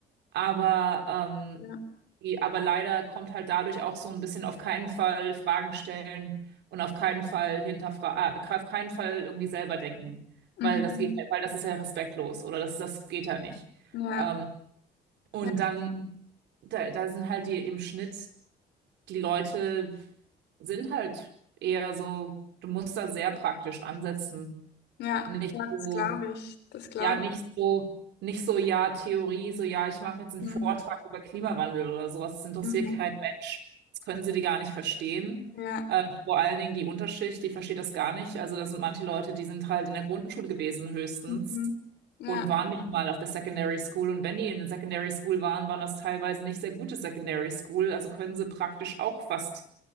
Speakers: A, on the right; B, on the left.
A: aber ähm,
B: Ja,
A: aber leider kommt halt dadurch auch so ein bisschen auf keinen Fall Fragen stellen und auf keinen Fall hinterfragen, auf keinen Fall irgendwie selber denken,
B: mhm.
A: weil das geht, weil das ist ja respektlos oder das, das geht ja nicht.
B: Ja,
A: Ähm, und
B: ja,
A: dann, da, da sind halt die im Schnitt, die Leute sind halt eher so, du musst da sehr praktisch ansetzen,
B: ja,
A: nicht
B: ja,
A: so.
B: das glaube ich, das glaube
A: Ja, nicht
B: ich.
A: so, nicht so, ja, Theorie, so, ja, ich mache jetzt einen
B: Mhm.
A: Vortrag über Klimawandel oder sowas. Das interessiert
B: Mhm.
A: kein Mensch. Das können sie die gar nicht verstehen.
B: Ja,
A: Äh, vor allen Dingen die Unterschicht, die versteht das gar nicht. Also, das sind manche Leute, die sind halt in der Grundschule gewesen, höchstens,
B: mhm. Ja,
A: und waren nicht mal auf der Secondary School. Und wenn die in der Secondary School waren, waren das teilweise nicht sehr gute Secondary School. Also können sie praktisch auch fast,